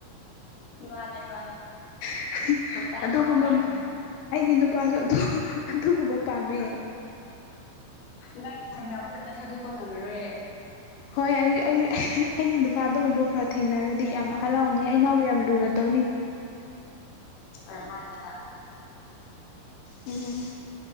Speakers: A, on the left; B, on the left.
A: ꯃꯥꯅꯦ ꯃꯥꯅꯦ
B: <unintelligible>
A: ꯈꯨꯇꯥꯡ
B: ꯑꯗꯨꯒꯨꯝꯕ
A: ꯑꯃ ꯑꯣꯏꯔꯝꯅꯤ
B: ꯑꯩꯒꯤ ꯅꯨꯄꯥꯁꯨ ꯑꯗꯨꯒꯨꯝꯕ ꯄꯥꯝꯃꯦ
A: ꯅꯪ ꯊꯦꯡꯅꯕ ꯀꯥꯟꯗ ꯊꯥꯗꯣꯛꯄ ꯉꯝꯃꯔꯣꯏꯌꯦ
B: ꯍꯣꯏ ꯑꯩ ꯑꯩ ꯑꯩꯒꯤ ꯅꯨꯄꯥ ꯑꯗꯨꯒꯨꯝꯕ ꯊꯦꯡꯅꯔꯗꯤ ꯌꯥꯝ ꯍꯔꯥꯎꯅꯤ ꯑꯩ ꯃꯥꯕꯨ ꯌꯥꯝ ꯂꯨꯅ ꯇꯧꯅꯤ
A: ꯍ‌ꯣꯏ ꯃꯥꯅꯦꯕ
B: ꯎꯝ